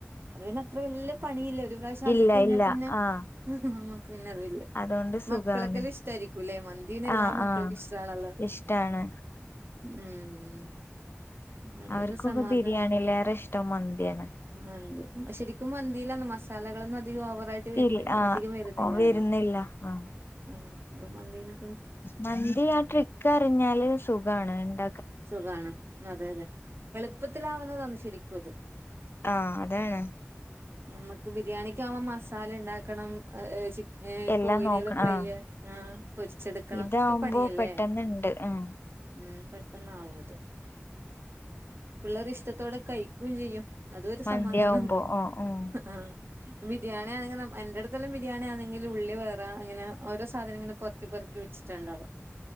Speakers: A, on the right; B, on the left.
A: അത് പിന്നെ അത്ര വല്യ പണിയില്ല ഒരു പ്രാവശ്യ ആക്കിക്കഴിഞ്ഞാൽ
B: ഇല്ല ഇല്ല
A: പിന്നെ
B: ആഹ്
A: ഉം നമ്മുക്ക്‌ പിന്നെ അത് ഇല്ല
B: അതുകൊണ്ട് സുഖാണ്
A: മക്കളൊക്കെല്ലാം ഇഷ്ടായിരിക്കുംല്ലേ മന്തിപിന്നെല്ലാ
B: ആഹ് ആഹ്
A: ഇഷ്ടമാണല്ലോ.
B: ഇഷ്ടാണ്.
A: ഉം. അതോണ്ടൊരു
B: അവർക്കൊക്കെ
A: സമാധാനം
B: ബിരിയാണിയിലേറെ ഇഷ്ട്ടം മന്തിയാണ്.
A: മന്തി ശരിക്കും മന്തില്ലാന്ന് മസാലകളൊന്നും അധികം ഓവറയിട്ട് ട്ട് വര്ന്നില്ല
B: ഇല്ല ആഹ്
A: അധികം വരുന്നില്ലാലോ
B: ഓ വരുന്നില്ല ആഹ്
A: ഉം അപ്പൊ മന്തിനെ
B: മന്തി ആ ട്രിക്ക് അറിഞ്ഞാല് സുഖാണ് ഉണ്ട
A: സുഖാണ് അതെ അതെ എളുപ്പത്തിലാവുന്നതാന്ന് ശരിക്കൊത്.
B: ആഹ് അതാണ്.
A: നമുക്ക് ബിരിയാണിക്കാവുമ്പോ മസാല ഉണ്ടാക്കണം ചി ഏഹ്
B: എല്ലാം
A: കോഴിനെല്ലാം
B: നോക്കണം
A: ഫ്രൈയ്
B: ആഹ്
A: പൊരിച്ചെടുക്കണം
B: ഇതാവുമ്പോ
A: ഒക്കെ പണിയല്ലേ.
B: പെട്ടെന്ന്ണ്ട് ആഹ്
A: ഉം. പെട്ടെന്നാവുത്. പിള്ളേരിഷ്ടത്തോടെ കഴിക്കുംചെയ്യും അതൊരു
B: മന്തിയാവുമ്പോ
A: സമാധാനം
B: ഓഹ് ഓഹ്
A: ആഹ്. ബിരിയാണി ആണെങ്കിൽ എന്റ അടുല്ലും ബിരിയാണി ആണെങ്കിൽ ഉള്ളി വറ അങ്ങനെ ഓരോ സാധനങ്ങളും പൊറ പെറുക്കിപ്പെറിക്കി വച്ചിട്ടാണ്ടാവ.